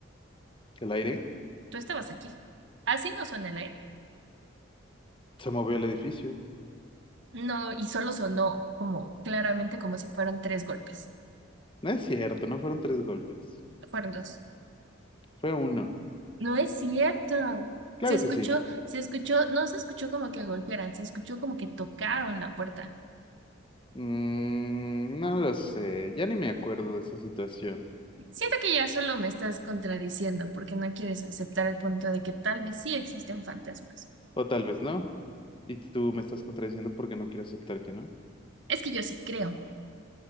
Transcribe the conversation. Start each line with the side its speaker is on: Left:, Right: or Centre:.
Left: El aire
Right: tú estabas aquí. Así no suena el aire.
Left: se movió el edificio.
Right: No, y solo sonó como claramente como si fueran tres golpes.
Left: No es cierto, no fueron tres golpes.
Right: Fueron dos.
Left: Fue uno.
Right: No es cierto.
Left: Claro
Right: Se escuchó,
Left: que sí.
Right: se escuchó, no se escuchó como que golpearan, se escuchó como que tocaron la puerta.
Left: Mm, no lo sé, ya ni me acuerdo de esa situación.
Right: Siento que ya solo me estás contradiciendo porque no quieres aceptar el punto de que tal vez sí existen fantasmas.
Left: O tal vez no. Y tú me estás contradiciendo porque no quieres aceptar que no.
Right: Es que yo sí creo.